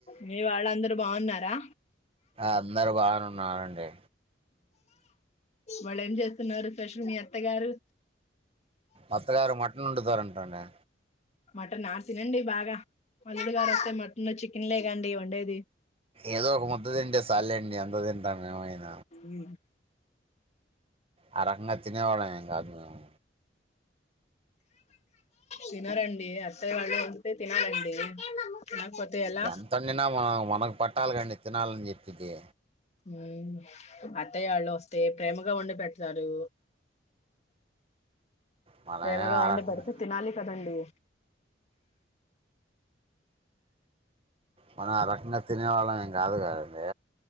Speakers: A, on the left; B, on the right.
A: మీ వాళ్ళందరూ బాగున్నారా
B: అందరు బావున్నారండి.
A: వాళ్ళు ఏం చేస్తున్నారు ప్రసు మీ అత్తగారు.
B: అత్తగారు మటన్ వండుతారంట అండి.
A: మటన్ ఆ తినండి బాగా మల్లిపెల్లారు వస్తే మటన్ చికెన్లే కండివండేది.
B: ఏదో ఒక ముద్ద తింటే చాల్లేండి. అంత తింతాం మేమైన్.
A: ఉ
B: ఆ రకంగా తినేవాళ్లం ఎంకాదు మేము.
A: తినరండి అత్తయి వాళ్ళు వంతే తినాలండి. తినకపోతే ఎలా
B: ఎంతిన తినా మనం మనకు పట్టాలి కాండి తినాలని చెప్పి. ఇదే
A: ఉ అత్తయవాళ్ళు వస్తే ప్రేమగా వండి పెడతారు.
B: మనమే
A: ప్రేమగా
B: ఆ
A: వండి
B: రకంగా
A: పడితే తినాలి. కదండీ.
B: మనం ఆ రకంగా తినే వాళ్ళం ఏం కాదు కదండి.